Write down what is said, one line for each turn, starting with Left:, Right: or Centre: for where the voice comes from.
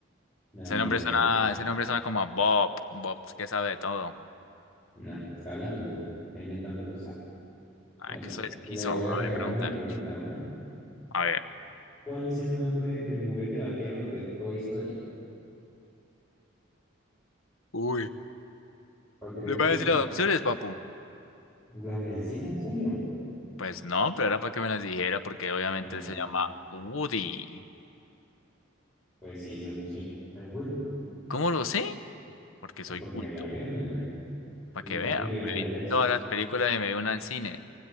Centre: nada,
Left: Ese
Centre: ni
Left: nombre
Centre: idea.
Left: suena,
Centre: pues.
Left: ese nombre suena como a Bob, Bob que sabe de todo.
Centre: No, ¿qué está hablando, está inventando cosas.
Left: Ah,
Centre: Mira, o
Left: que
Centre: sea,
Left: soy esquizo.
Centre: le
Left: A
Centre: voy a regalar
Left: ver, pregunta.
Centre: una pregunta, mano.
Left: A ver.
Centre: ¿Cuál es el nombre del juguete vaquero de Toy Story?
Left: Uy.
Centre: ¿Cuál cree
Left: ¿Le
Centre: que
Left: voy
Centre: sea?
Left: a decir
Centre: socio?
Left: las opciones, papu?
Centre: ¿Las necesita en serio?
Left: Pues no, pero era para que me las dijera, porque obviamente
Centre: Ah,
Left: él se llama Woody.
Centre: pues sí, socio, sí. Es Woody.
Left: ¿Cómo lo sé? porque
Centre: Pues
Left: soy
Centre: porque
Left: culto.
Centre: la vida es
Left: Para
Centre: imposible
Left: que vea,
Centre: que no
Left: me vi
Centre: la haya visto.
Left: todas las películas y me vi una en cine.